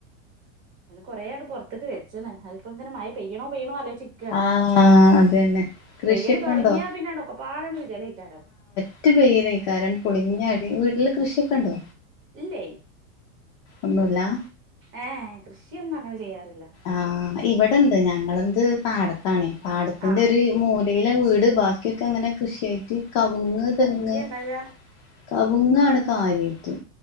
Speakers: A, on the right (about 30°); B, on the left (about 45°).
A: ഇനി കുറെയാണ്ട് പൊർത്ത്ക്ക് വെച്ച്ണ് അതിപ്പോ ഇങ്ങന മയ പെയ്യണോ പെയ്യണോ ആലോചി ക്കാണ്
B: ആഹ് അതന്നെ കൃഷിയൊക്കെ
A: പെയ്യല് തൊടങ്ങിയാ
B: ഉണ്ടോ
A: പിന്നെടൊക്കെ പാടാണ് വികലേക്കാരം
B: റ്റ് പെയ്യലേക്കാരം പൊളിഞ്ഞടി വീട്ടില് കൃഷിയൊക്കെ ഉണ്ടോ
A: ഇല്ലേ
B: ഒന്നുല്ല
A: ഏഹ് കൃഷിയൊന്നും അങ്ങനെ ചെയ്യാറില്ല
B: ആഹ് ഇവിടെണ്ട് ഞങ്ങളെന്ത് പാടത്താണെ പാടത്തിന്റെ
A: ആഹ്
B: ഒരു മൂ ഇടയില വീട് ബാക്കിയൊക്കെ അങ്ങനെ കൃഷിയായിട്ട് കവ്ങ്ങ് തെങ്ങ്
A: വാഴ
B: കവുങ്ങാണ് കാര്യായ്ട്ട്